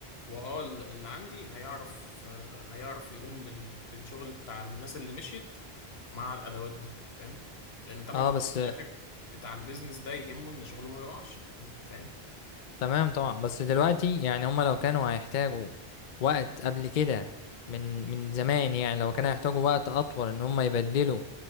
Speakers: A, on the left; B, on the left.
A: واه ال- اللي عندي هيعرف آه، هيعرف يقوم بال- بالشغل بتاع الناس اللي مشيت مع الادوات دي فاهم لان طبعا
B: اه
A: في الأول
B: بس
A: وفي الاخر بتاع البيزنس ده يهمه ان شغله ما يقعش فاهم
B: تمام طبعا بس دلوقتي يعني هما لو كانوا هيحتاجوا وقت قبل كده من من زمان يعني لو كانوا هيحتاجوا وقت اطول ان هما يبدلوا